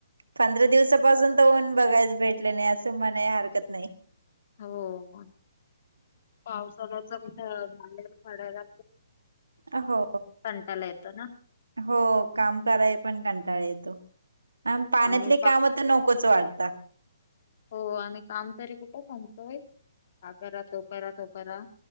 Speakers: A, on the right (about 85°); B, on the left (about 50°).
A: पंधरा दिवसापासुन तर ऊन बघायच भेटलं नाही असं म्हणाय हरकत नाही.
B: हों पावसाळ्याच कुठं <inaudible> झालय पडायला.
A: आं हों
B: कंटाला येतो ना
A: हों काम कराय पण कंटाळ येतो. आन पाण्यातले
B: आणि
A: काम तर नकोच वाटत.
B: हों आणि काम तरी कुठं समतोय हां करा तो करा तो करा